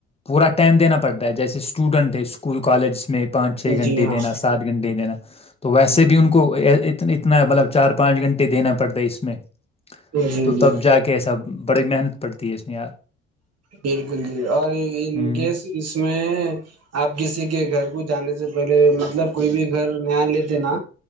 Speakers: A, on the left; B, on the right.
A: پورا ٹائم دینا پڑتا ہے جیسے اسٹوڈنٹ ہے اسکول کالج میں پانچ چھ گھنٹے
B: جی ہاں
A: دینا سات گھنٹے دینا تو ویسے
B: جی ہاں
A: بھی ان کو ا کتنا مطلب چار پانچ گھنٹے دینا پڑتا اس میں
B: جی
A: تو
B: جی
A: تب
B: جی
A: جا کے سب بڑے محت پڑ دی اسس م میں یہار
B: بالکل جی اور ان
A: ہوں
B: کیس اس میں آپ کسی کے گھر کچھ جانے سے پہلے مطلب کوئی بھی گھر نیا لیتے نا